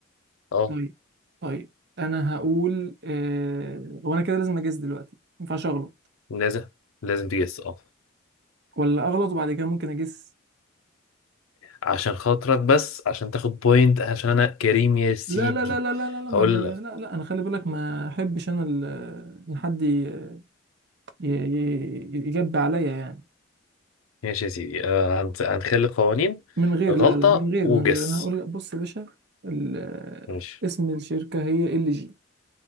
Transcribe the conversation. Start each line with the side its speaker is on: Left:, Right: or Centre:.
Left: اه
Right: طيب طيب انا هقول آه، وانا كده لازم اجس دلوقتي ما ينفعش اغلط
Left: لازم لازم تجس اه
Right: ولا اغلط وبعد كده ممكن اجس
Left: عشان خاطرك بس عشان تاخد بوينت عشان انا كريم يا سيدي
Right: لا لا لا لا لا لا لا ما-
Left: هقول
Right: ما-
Left: لك
Right: لا, لا انا خلي بالك ما احبش انا ال- ان حد ي- ي- ي- يجب عليا يعني
Left: ماشي يا سيدي آه هنت- هنخلي قوانين
Right: من غير
Left: غلطة
Right: لا لا من غير
Left: وجس
Right: من غير انا هقول لك بص يا باشا ال-
Left: ماشي
Right: اسم الشركه هي ال جي